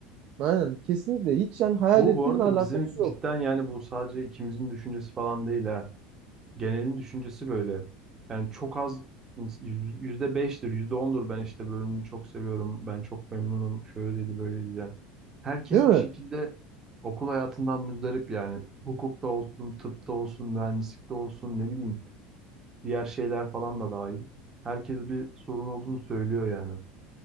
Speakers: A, on the right; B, on the right.
A: Aynen kesinlikle hiç yani hayal
B: Bu
A: ettiğinle
B: bu arada
A: alakası
B: bizim cidden
A: yok.
B: yani bu sadece ikimizin düşüncesi falan değil ha. genelin düşüncesi böyle. Yani çok az yüzde beştir, yüzde ondur ben işte bölümümü çok seviyorum, ben çok memnunum, şöyle şöyleydi böyleydi yani. Herkes
A: Değil mi?
B: bir şekilde okul hayatından müzdarip yani. Hukukta olsun, tıpta olsun, mühendislikte olsun ne bileyim diğer şeyler falan da dahil. Herkes bir sorun olduğunu söylüyor yani.